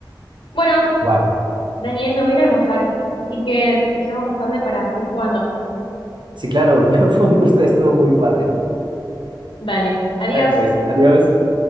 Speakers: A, on the left; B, on the right.
A: Bueno,
B: wow.
A: Daniel, me voy a ir a almorzar, así que te llamo más tarde para seguir jugando.
B: Sí, claro, <laughs> fue un gusto, estuvo muy padre.
A: Dale, adiós.
B: Vale, pues, adiós.